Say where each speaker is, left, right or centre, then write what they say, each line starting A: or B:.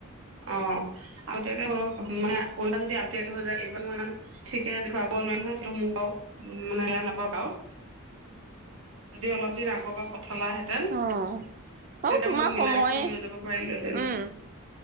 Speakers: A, on the right (about 70°); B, on the right (about 40°).
A: অ', আগতীয়াকে হৈ মানে পোনটা যদি আগতীয়াকে হৈ যায় এইবাৰ মোৰ ইমান ঠিকে খৰাব নোৱোৱাৰ নহয় মোক আৰু মানে বেয়া নাপাব আৰু যদি অলপ দিন আগৰ পৰা পঠালাহেঁতেন
B: অ', অ'।
A: তেতিয়া
B: তোমাৰ
A: মই মিলাই
B: সময়ে
A: কৰি লৈ যাব পাৰিলোহেঁন।
B: উম